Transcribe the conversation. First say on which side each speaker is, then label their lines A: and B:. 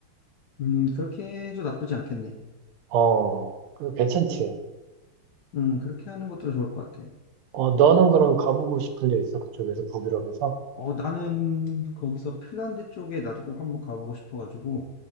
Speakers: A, on the left; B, on the right.
A: 음, 그렇게 해도 나쁘지 않겠네.
B: 어, 그 괜찮지?
A: 음, 그렇게 하는 것도 좋을 것 같아.
B: 어, 너는 그럼 가보고 싶은 데 있어? 그쪽에서 북유럽에서?
A: 어, 나는 거기서 핀란드 쪽에 나도 꼭 한번 가보고 싶어가지고,